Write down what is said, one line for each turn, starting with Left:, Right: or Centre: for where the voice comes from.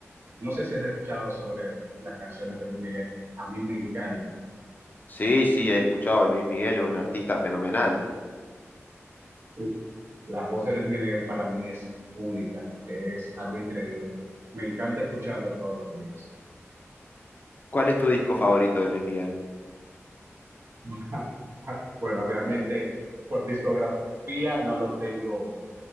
Right: No sé si has escuchado sobre las canciones de Luis Miguel. A mí me encantan.
Left: Sí, sí, he escuchado a Luis Miguel, es un artista fenomenal.
Right: Uf, la voz de Luis Miguel para mí es única. Es algo increíble. Me encanta escucharlo todos los días.
Left: ¿Cuál es tu disco favorito de Luis Miguel?
Right: <laughs> Bueno, realmente por discografía no lo tengo,